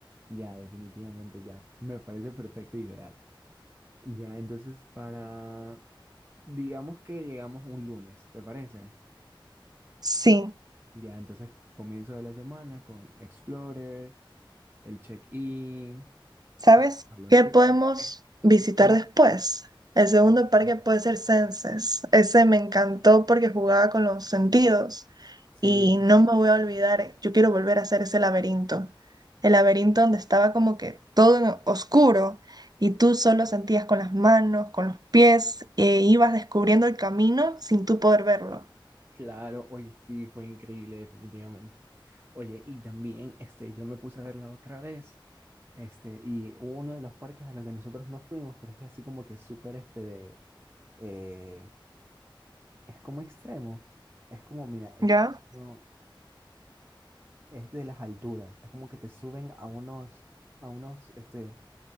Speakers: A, on the right; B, on the right.
A: Ya, definitivamente, ya. Me parece perfecto e ideal. Ya, entonces para, digamos que llegamos un lunes, ¿te parece?
B: Sí.
A: Ya, entonces comienzo de la semana con Explorer, el check-in,
B: ¿Sabes
A: al hotel.
B: qué podemos visitar
A: Ujú,
B: después? El segundo
A: cuéntame.
B: parque puede ser Senses. Ese me encantó porque jugaba con los sentidos
A: Sí,
B: y no me voy a olvidar, yo quiero volver a hacer ese laberinto. El laberinto donde estaba como que todo en oscuro y tú solo sentías con las manos, con los pies e ibas descubriendo el camino sin tú poder verlo.
A: Claro, oye, sí, fue increíble, definitivamente. Oye, y también, este, yo me puse a verla otra vez, este, y hubo uno de los parques a los que nosotros no fuimos, pero es así como que súper, este, de, eh, es como extremo, es como, mira, es,
B: ¿Ya?
A: como- es de las alturas, es como que te suben a unos, a unos, este,